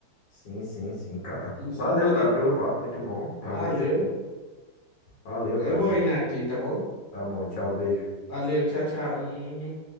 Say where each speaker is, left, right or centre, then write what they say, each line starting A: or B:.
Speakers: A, on the left; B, on the left.
A: Sim, sim, sim, cara.
B: você
A: Valeu,
B: pode.
A: cara, pelo papo. Muito bom, realmente.
B: Valeu.
A: Valeu,
B: Eu
A: cara.
B: vou
A: Muito
B: indo
A: bom.
B: aqui, tá bom?
A: Tá bom, tchau, beijo.
B: Valeu, tchau, tchau.